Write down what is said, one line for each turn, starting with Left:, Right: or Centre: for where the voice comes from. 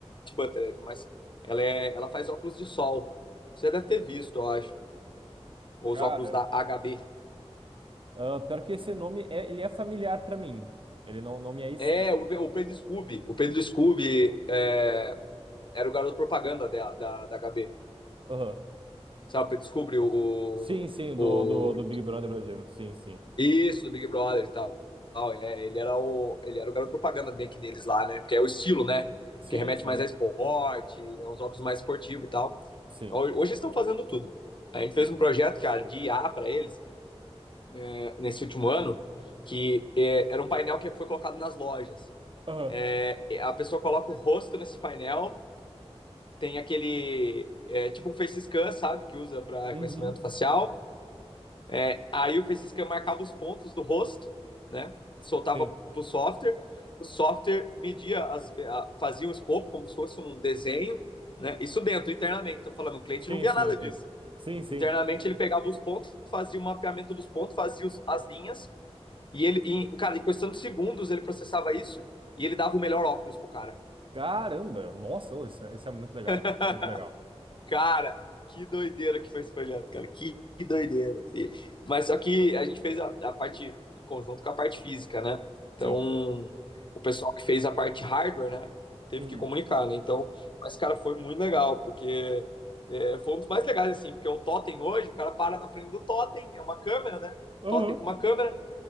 Left: Butterhead, mas ela, é, ela faz óculos de sol. Você deve ter visto, eu acho. Os
Right: Cara,
Left: óculos da HB.
Right: ah, pior que esse nome, é, ele é familiar pra mim. Ele não, não me é estranho.
Left: É, o, o Pedro Scooby. O Pedro Scooby é, era o garoto propaganda da, da, da HB.
Right: Aham.
Left: Sabe, o Pedro Scooby, o,
Right: Sim, sim,
Left: o,
Right: do, do, do
Left: o...
Right: Big Brother Brasil. Sim, sim.
Left: Isso, do Big Brother e tal. É, ele, era o, ele era o garoto propaganda meio deles lá, né? Porque é o estilo, né?
Right: Sim,
Left: Porque remete
Right: sim.
Left: mais a esporte, é uns óculos mais esportivos e tal.
Right: Sim.
Left: Hoje eles estão fazendo tudo. A gente fez
Right: sim.
Left: um projeto, cara, de I A para eles, é, nesse último ano, que é, era um painel que foi colocado nas lojas.
Right: Aham.
Left: É, é, a pessoa coloca o rosto nesse painel, tem aquele É, tipo um face scan, sabe, que usa para reconhecimento
Right: Uhum.
Left: facial. É, aí o face scan marcava os pontos do rosto, né? Soltava
Right: Sim.
Left: para o software. O software media, as, fazia um escopo como se fosse um desenho, né? Isso dentro, internamente. tô falando, o cliente
Right: Sim,
Left: não via
Right: sim,
Left: nada
Right: sim.
Left: disso.
Right: Sim, sim.
Left: Internamente ele pegava os pontos, fazia o mapeamento dos pontos, fazia os, as linhas e ele, em, cara, em questão de segundos ele processava isso e ele dava o melhor óculos pro cara.
Right: Caramba, nossa, ô, isso, é isso é muito legal.
Left: <laughs>
Right: Muito legal.
Left: cara, que doideira que foi esse projeto, cara. Que, que doideira, filho. Mas só que a gente fez a, a parte em conjunto com a parte física, né? Então,
Right: Sim.
Left: o pessoal que fez a parte hardware, né? Teve
Right: Uhum.
Left: que comunicar, né? Então, mas, cara, foi muito legal, porque é, foi um dos mais legais, assim, porque o totem hoje, o cara para na frente do totem, é uma câmera, né? Um
Right: Aham.
Left: totem com uma câmera,